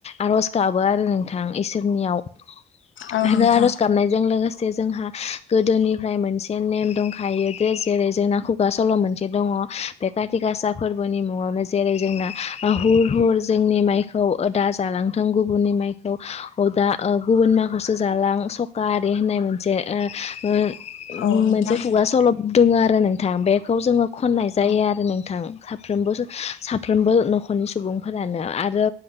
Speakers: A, on the left; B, on the left.
A: आर'ज गाबो आरो नोंथां इसोरनियाव
B: औ
A: आरो
B: नोंथां
A: आर'ज गाबनायजों लोगोसे से जोंहा गोदोनिफ्राय मोनसे नेम दंखायो दे जेरै जोंना खुगा सल' मोनसे दङ बे काति गासा फोरबोनि मुङावनो जेरै जोंना अ हुर हुर जोंनि माइखौ ओ दा जालांथों गुबुननि माइखौ अ दा गुबुन माइखौ सोजालां सका आरि होननाय मोनसे ओ ओ
B: औ नोंथां
A: मोनसे खुगा सल' दङो आरो नोंथां बेखौ जोङो खननाय जायो
B: औ
A: आरो नोंथां साफ्रबोस साफ्रोमबो नखर खरनि सुबुंफोरानो आरो